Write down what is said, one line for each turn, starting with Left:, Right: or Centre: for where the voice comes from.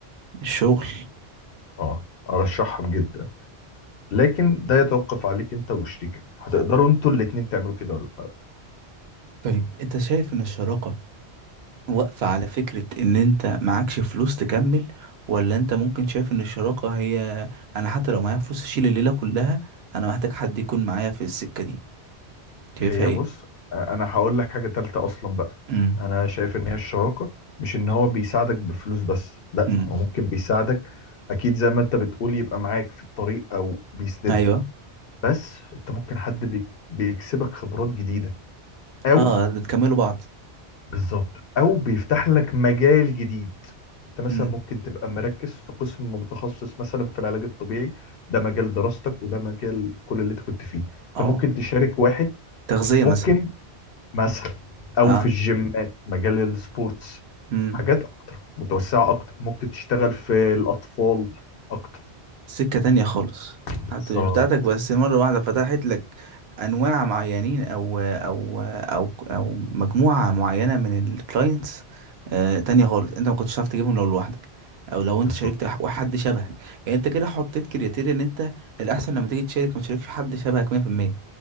Right: الشغل
Left: اه ارشحهم جدا لكن ده يتوقف عليك انت وشريكك هتقدروا انتوا الاتنين تعملوا كده ولا لا
Right: طيب انت شايف ان الشراكة واقفة على فكرة ان انت معكش فلوس تكمل ولا انت ممكن شايف ان الشراكة هي انا حتى لو معايا فلوس اشيل الليلة كلها انا محتاج حد يكون معايا في السكة دي شايفها
Left: هي
Right: ايه
Left: بص انا هقول لك حاجة تالتة اصلا بقى
Right: امم
Left: انا شايف ان هي الشراكة مش ان هو بيساعدك بفلوس بس لا
Right: امم
Left: هو ممكن بيساعدك اكيد زي ما انت بتقول يبقى معاك في الطريق او بيسندك
Right: ايوه
Left: بس انت ممكن حد بيك- بيكسبك خبرات جديدة او
Right: اه بتكملوا بعض
Left: بالظبط او بيفتح لك مجال جديد انت مثلا
Right: امم
Left: ممكن تبقى مركز في قسم متخصص مثلا في العلاج الطبيعي ده مجال دراستك وده مجال كل اللي انت كنت فيه انت
Right: اه
Left: ممكن تشارك واحد
Right: تغذية
Left: ممكن
Right: مثلا
Left: مثلا او
Right: اه
Left: في الجيمات مجال السبورتس
Right: امم
Left: حاجات اكتر متوسعة اكتر ممكن تشتغل في الاطفال اكتر
Right: سكة تانية خالص
Left: بالظبط
Right: حتى مش بتاعتك بس مرة واحدة فتحت لك أنواع معينين أو أو أو أو مجموعة معينة من الكلاينتس تانية خالص أنت ما كنتش عارف تجيبهم لو لوحدك أو لو أنت
Left: بالظبط
Right: شاركت ح- حد شبهك يعني أنت كده حطيت كريتيريا إن أنت الأحسن لما تيجي تشارك ما تشاركش حد شبهك 100%